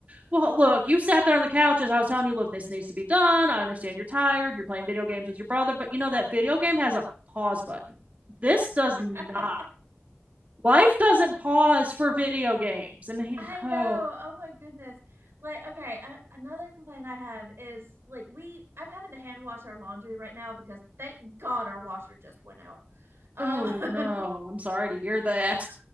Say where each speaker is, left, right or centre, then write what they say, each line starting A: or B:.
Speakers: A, on the right (about 40°); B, on the right (about 75°).
A: Well, look, you sat there on the couch as I was telling you, look, this needs to be done. I understand you're tired. You're playing video games with your brother, but you know that video game has a pause button. This does
B: <laughs>
A: not. Life doesn't pause for video games. And he,
B: I know.
A: oh,
B: Oh my goodness. Like, okay, a- another complaint I have is like we I'm having to hand wash our laundry right now because thank God our washer just went out. Um
A: Oh
B: <laughs>
A: no, I'm sorry to hear that.